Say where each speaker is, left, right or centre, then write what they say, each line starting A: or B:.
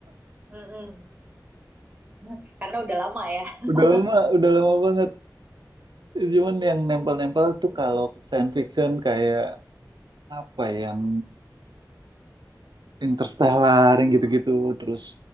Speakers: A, on the right; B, on the right.
A: Mm-mm. <laughs> Karena udah lama ya.
B: <laughs>
A: <laughs>
B: Udah lama, udah lama banget. Cuman yang nempel-nempel tuh
A: Mm-mm.
B: kalau science fiction kayak apa ya, yang Interstellar yang gitu-gitu terus